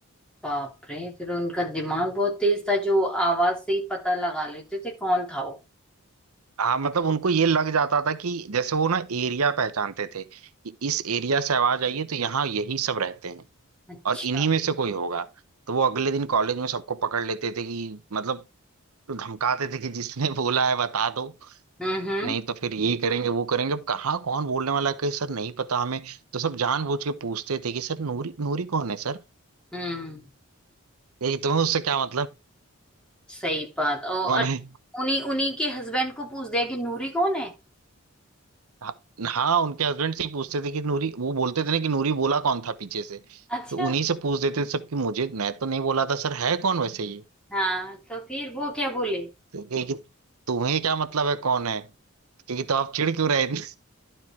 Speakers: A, in the centre; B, on the right (about 80°).
A: बाप रे फिर उनका दिमाग बहुत तेज था जो आवाज से ही पता लगा लेते थे कौन था वो
B: हाँ मतलब उनको ये लग जाता था कि जैसे वो ना एरिया पहचानते थे कि इस एरिया से आवाज आई है तो यहाँ यही सब रहते हैं
A: अच्छा
B: और इन्हीं में से कोई होगा तो वो अगले दिन कॉलेज में सबको पकड़ लेते थे कि मतलब धमकाते थे कि जिसने <laughs> बोला है बता दो
A: हम्म हम्म
B: नहीं तो फिर ये करेंगे वो करेंगे अब कहाँ कौन बोलने वाला है, कहीं सर नहीं पता हमें तो सब जानबूझ के पूछते थे कि सर नूरी नूरी कौन है सर
A: हम्म
B: ये तुम्हें उससे क्या मतलब
A: सही बात ओ
B: कौन
A: अच्छा
B: है
A: उन्हीं उन्हीं के हस्बैंड को पूछ दिया कि नूरी कौन है
B: हाँ हाँ, उनके हस्बैंड से ही पूछते थे कि नूरी वो बोलते थे ना कि नूरी बोला कौन था पीछे से
A: अच्छा
B: तो उन्हीं से पूछ देते थे सब कि मुझे मैं तो नहीं बोला था सर है कौन वैसे ये
A: हाँ तो फिर वो क्या बोले
B: तो कहे कि तुम्हें क्या मतलब है कौन है क्योंकि तो आप चिढ़ क्यों रहे <laughs> इतने?